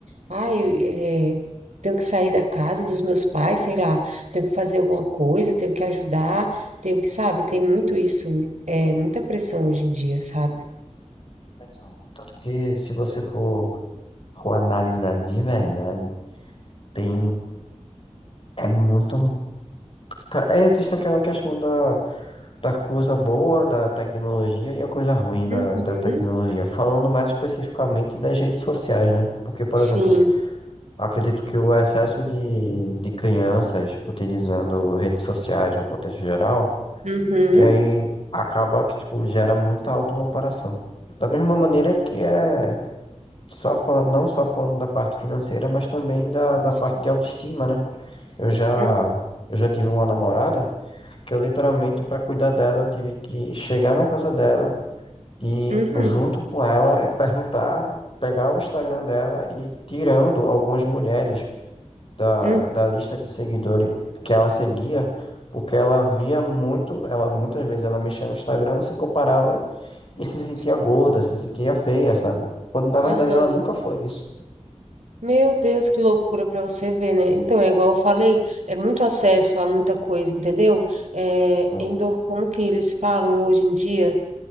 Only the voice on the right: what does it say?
Ah, eu, é, tenho que sair da casa dos meus pais, sei lá, tenho que fazer alguma coisa, tenho que ajudar, tenho que, sabe, tem muito isso, é muita pressão hoje em dia, sabe?
Uhum.
Sim.
Uhum.
Sim.
Uhum.
Uhum.
Uhum.
Sim.
Aham.
Meu Deus, que loucura para você ver, né? Então, é igual eu falei, é muito acesso a muita coisa, entendeu? É,
endor, como que eles falam hoje em dia?